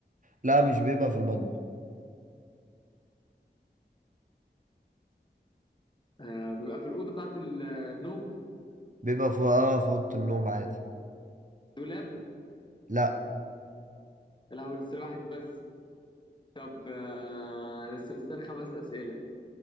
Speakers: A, on the right; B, on the left.
A: لا مش بيبقى في المطبخ
B: آه بيبقى في الأوضة بتاعت النوم
A: بيبقى في اه في أوضة النوم عادي
B: دولاب
A: لا
B: لا هو لسه واحد بس طب آه، بس لسه لي خمس أسئلة